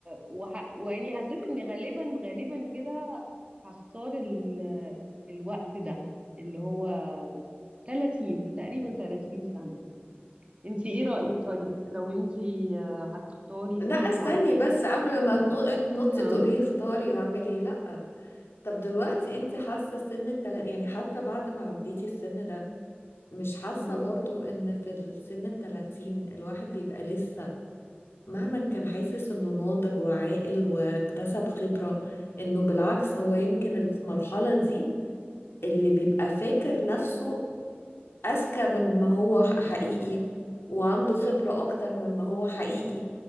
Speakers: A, on the right (about 30°); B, on the left (about 80°).
A: وح... ويعني حسيت ان غالبا غالبا كده هختار ال... الوقت ده اللي هو 30 تقريبا 30 سنة انت ايه رأيك طيب لو انت آه، هتختاري
B: لا
A: سن
B: استني
A: معين
B: بس
A: تثبتي
B: قبل
A: فيه
B: ما تنو- تنطي
A: اه
B: تقولي اختاري واعملي لا طب دلوقتي انت حاسة سن التلات يعني حتى بعد ما عديتي السن ده مش حاسة
A: مم.
B: برضو ان في السن التلاتين الواحد بيبقى لسه مهما كان حاسس انه ناضج وعاقل واكتسب خبرة انه بالعكس هو يمكن المرحلة دي اللي بيبقى فاكر نفسه أذكى من ما هو ح- حقيقي وعنده خبرة أكتر من ما هو حقيقي